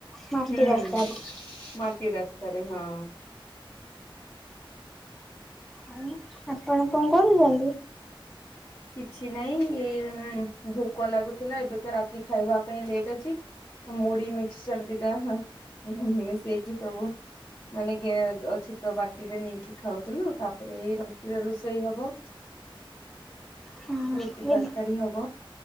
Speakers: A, in the centre; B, on the left (about 30°).
A: ମାଟି
B: ହୁଁ
A: ରାସ୍ତାରେ।
B: ମାଟି ରାସ୍ତା ରେ ହଁ।
A: ହଁଉ ଆପଣ କଣ କରୁଛନ୍ତି?
B: କିଛି ନାହି ଏଇ ଭୋକ ଲାଗୁଥିଲା ଏବେ ତ ରାତି ଖାଇବା ପାଇଁ ଲେଟ୍ ଅଛି। ମୁଢି ମିକ୍ସଚର ଦିଟା ହ ମିଶେଇକି ସବୁ। ମାନେ ଗେ ଛୋଟ ବାଟିରେ ନେଇକି ଖାଉଥିଲୁ ତାପରେ ଏଇ ରାତିରେ ରୋଷେଇ ହବ।
A: ହଁ
B: ରୁଟି ତରକାରୀ
A: ଏ
B: ହବ